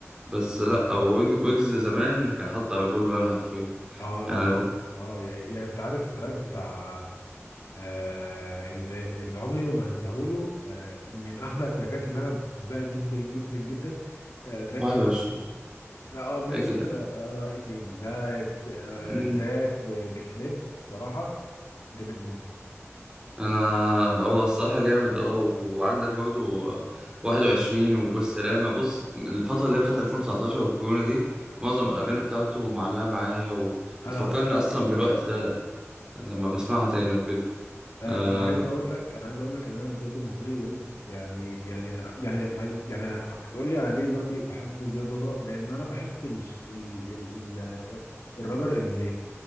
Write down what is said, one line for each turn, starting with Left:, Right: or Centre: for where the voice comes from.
Right: بس
Left: مم.
Right: لأ هو ويجز ويجز زمان كان حاط على كله أنا حرفيا
Left: اه لا
Right: يعني
Left: آه، واد- اه يعني يعني انت عارف التراك بتاع آه اللي, اللي عمري ما هنساهوله آه من احلى التراكات اللي انا بحبها جدا جدا جدا آه تراك
Right: 21
Left: لا اه ماشي
Right: إيه
Left: بس اه اي تي ام ده آه،
Right: ده؟
Left: تراك ب- بكليب الصراحه جامد موت
Right: انا هو الصراحه جامد اه وعندك برضو آه، 21 وبالسلامه بص الفتره اللي هي بتاعت 2019 والكورونا دي معظم الاغاني بتاعته معلقه معايا وبتفكرني
Left: انا
Right: اصلا بالوقت ده لما بسمعها تاني وكده
Left: آه،
Right: اه
Left: انا عايز اقول لك انا عايز اقول لك ان انا بجد بالنسبه لي ويجز يعني يعني يعني يعني هتقول لي انا ليه دلوقتي بحب زياد ضوضاء لان انا بحب ال ال ال ال الرابر اللي